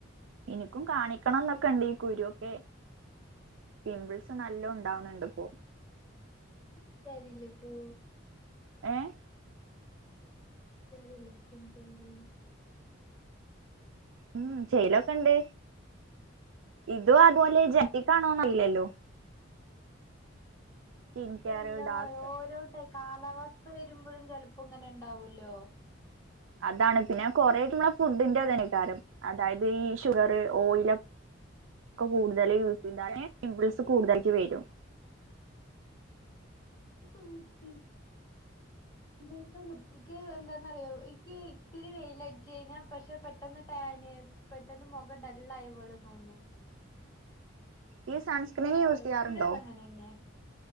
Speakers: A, on the right (about 70°); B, on the left (about 20°).
A: ഇനിക്കും കാണിക്കണം ന്നൊക്കെണ്ട്
B: നീ
A: ഈ കുരു ഒക്കെ പിംമ്പിൾസ് നല്ലോം ഇണ്ടാവണ്ണ്ണ്ട് ഇപ്പോ
B: ഈ കാരിലിപ്പോ
A: ഏഹ്
B: <unintelligible>
A: ഉം
B: അനക്കെന്താ
A: ചെയ്യലൊക്കെണ്ട്
B: പ്രശ്നം
A: ഇതുവോ അത് ബോലെ ജനറ്റിക്കാണോന്നറീലല്ലോ അറിയില്ലല്ലോ സ്കിൻ
B: അതെന്താ
A: കെയർ ഡാർക്സ്
B: പറയാ ഓരോ ടെയ് കാലാവസ്ഥ വരുമ്പഴും ചെലപ്പോങ്ങനെ ഇണ്ടാവല്ലോ
A: അതാണ് പിന്നെ കൊറേക്കെ മ്മളെ ഫുഡിന്റെ തെന്നെകാരം അതായത് ഈ ഷുഗർ ഓയിലൊ ക്കെ കൂടുതൽ യൂസ്യ്താല് പിംമ്പിൾസ് കൂടുതൽക്ക് വരും
B: ഇപ്പം പി മ്പ്ൾസാ ഇക്ക് എന്താന്നറിയോ ഇക്ക് ഇത്തിരി വെയിലട്ച്ചഴിഞ്ഞാ പക്ഷേ പെട്ടന്ന് ടാന് പെട്ടെന്ന് മൊഖ ഡള്ളായ പോലെ തോന്നും
A: <inaudible>
B: അതെന്താന്നറിയോ
A: സൺസ്ക്രീൻ യൂസ് ചെയ്യാറുണ്ടോ
B: ഇപ്പഴും അത അങ്ങനെന്നെ